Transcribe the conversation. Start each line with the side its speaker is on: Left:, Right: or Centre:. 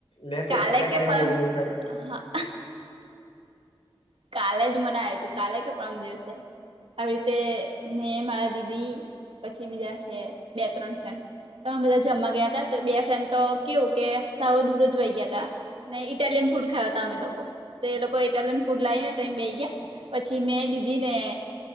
Left: લેટેસ્ટ
Right: કાલે
Left: કઈક
Right: કે
Left: આવ્યું
Right: પર
Left: હોય એવું કઈ
Right: હા કાલે જ મને આવ્યું તું કાલે કે પરમ દિવસે. આવી રીતે મેં મારા દીદી પછી બીજા છે બે ત્રણ ફ્રેન્ડ, મે બધા જમવા ગયા હતા તો બે ફ્રેન્ડ તો કેવું કે સાવ દૂર જ વહી ગયા તા, ને ઈટાલિયન ફૂડ ખાવા તા અમે લોકો તો એ લોકો ઇટાલિયન ફૂડ લાઈને ત બે ગયા પછી મેં દીદી ને,